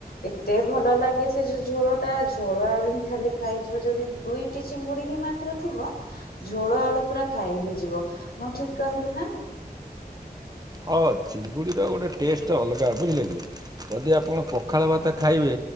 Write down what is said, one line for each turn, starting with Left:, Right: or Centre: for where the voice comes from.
Left: ଏତେ ଭଲ ଲାଗେ ସେ ଯୋଉ ଝୋଳ ଟା ଝୋଳ ଆଳୁ ହିଁ ଖାଲି ଖାଇଯିବ ଯଦି ଦୁଇଟି ଚିଙ୍ଗୁଡି ହିଁ ମାନେ ଥିବ ଝୋଳ ଆଳୁ ପୁରା ଖାଇ ହେଇଯିବ ମୁଁ ଠିକ କହିଲି ନା।
Right: ହଁ ଚିଙ୍ଗୁଡ଼ିର ଗୋଟେ ଟେଷ୍ଟ ଅଲଗା ବୁଝିଲେ କି ଯଦି ଆପଣ ପଖାଳ ଭାତ ଖାଇବେ